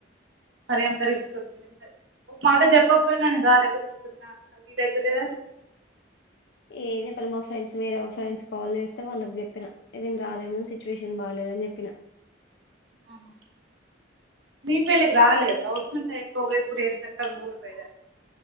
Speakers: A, on the right; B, on the left.
A: మరి అంత రిస్క్ వద్దులే మరి. ఒ మాట చెప్పకపోయినవు నేను రాలేకపోతున్నా నాకు వీలైతలేదని.
B: ఏం చెప్పాలె మా ఫ్రెండ్స్ వేరే ఫ్రెండ్స్ కాల్ చేస్తే వాళ్ళకి చెప్పినా నేను రాలేను సిచ్యువేషన్ బాలే దు అని చెప్పినా.
A: ఆహా మీ పెళ్లికి రాలే వచ్చుంటే అయిపోవుగా ఇప్పుడు ఏం చక్కగా ఊరుకు పోయేదానివి.